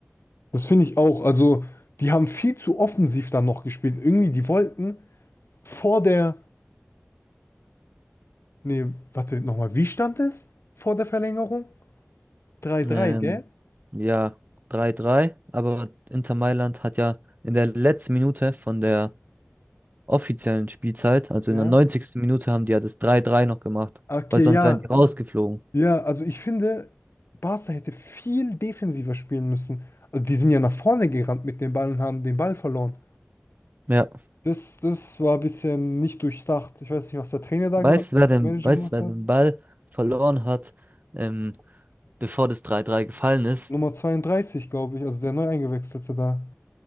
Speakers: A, on the left; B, on the right.
A: das finde ich auch. Also, die haben viel zu offensiv dann noch gespielt. Irgendwie, die wollten vor der. Nee, warte, nochmal. Wie stand es vor der Verlängerung? 3-3,
B: Ähm,
A: gell?
B: ja, 3-3. Aber Inter Mailand hat ja in der letzten Minute von der offiziellen Spielzeit, also
A: Ja.
B: in der neunzigsten Minute, haben die ja das 3-3 noch gemacht,
A: Okay,
B: weil sonst
A: ja.
B: wären die rausgeflogen.
A: Ja, also ich finde, Barca hätte viel defensiver spielen müssen. Also, die sind ja nach vorne gerannt mit dem Ball und haben den Ball verloren.
B: Ja.
A: Das, das war ein bisschen nicht durchdacht. Ich weiß nicht, was der Trainer da
B: Weißt
A: gemacht, der
B: du, wer den,
A: Manager
B: weißt,
A: gemacht
B: du, wer
A: hat.
B: den Ball verloren hat, ähm, bevor das 3-3 gefallen ist?
A: Nummer 32, glaube ich, also der neu eingewechselte da.